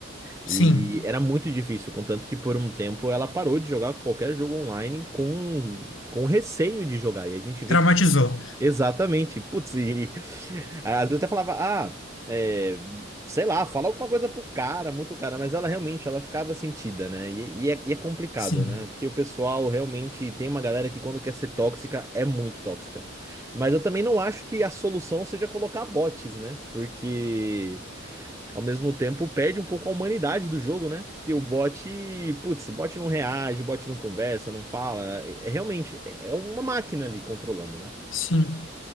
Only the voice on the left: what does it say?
sim,
traumatizou.
Sim,
sim.